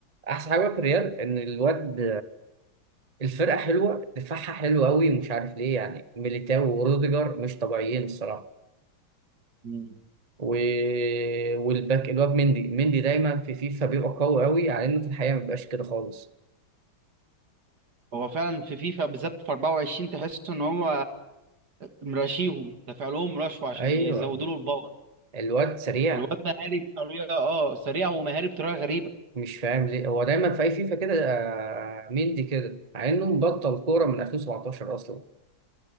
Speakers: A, on the right (about 35°); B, on the right (about 55°).
A: احسن حاجه في الريال ان الواد الفرقه حلوه دفاعها حلو قوي مش عارف ليه يعني ميليتاو وروديجر مش طبيعيين الصراحه
B: مم.
A: و... والباك الواد مندي مندي دايما في فيفا بيبقى قوي قوي على انه في الحقيقه ما بيبقاش كده خالص
B: هو فعلا في فيفا بالذات في 24 تحس ان هو مراشيهم دافع لهم رشوه
A: ايوه
B: عشان يزودوا له الباور
A: الواد سريع
B: الواد مهاري بطريقه اه سريع ومهاري بطريقه غريبه
A: مش فاهم ليه هو دايما في اي فيفا كده آه، مندي كده مع انه مبطل كوره من 2017 اصلا